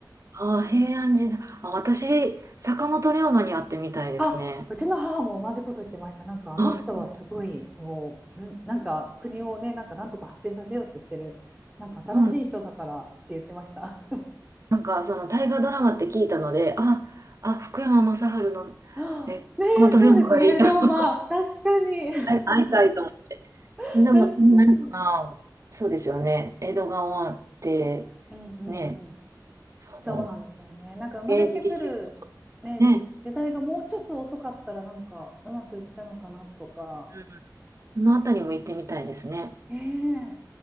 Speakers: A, on the right (about 45°); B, in the centre.
A: ああ、平安時代。あ、私、坂本龍馬に会ってみたいですね。
B: あ、うちの母も同じこと言ってました。なんかあの人はすごい、
A: あ、
B: こう、ななんか国をね、なんかなんとか発展させようってしてる、なんか新しい人だからって言ってました。
A: そう
B: <gasps>
A: なんか、その大河ドラマって聞いたので、あ、あ、福山雅治の、
B: <laughs> はあねえ、
A: え、坂本龍馬がいい。
B: そうですね、
A: <laughs>
B: 龍馬。確かに、
A: 会いたいと思って
B: <laughs>
A: でも、
B: 確かに。
A: そんなんか、そうですよね。江戸が終わって、
B: うんうんうん。
A: ね、その、
B: そうなんですよね。なんか生まれてくる、
A: 明治維新、
B: ね、
A: ね、
B: じ時代がもうちょっと遅かったら、なんかうまくいったのかなとか。
A: うん、そのあたりも行ってみたいですね。
B: ね